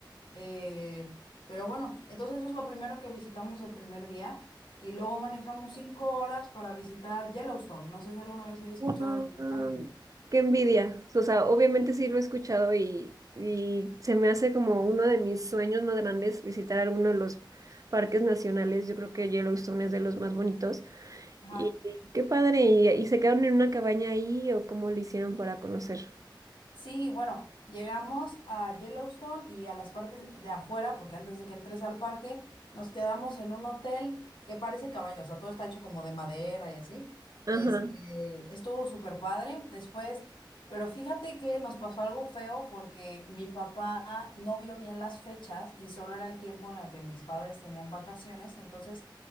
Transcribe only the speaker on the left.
Eh, pero bueno, entonces eso es lo primero que visitamos el primer día y luego manejamos cinco horas para visitar Yellowstone. No sé si alguna vez había escuchado
del parque.
Ajá.
Sí, bueno, llegamos a Yellowstone y a las partes de afuera, porque antes de que entres al parque, nos quedamos en un hotel que parece cabaña, o sea, todo está hecho como de madera y así.
Este, estuvo súper padre después, pero fíjate que nos pasó algo feo porque mi papá no vio bien las fechas y solo era el tiempo en el que mis padres tenían vacaciones, entonces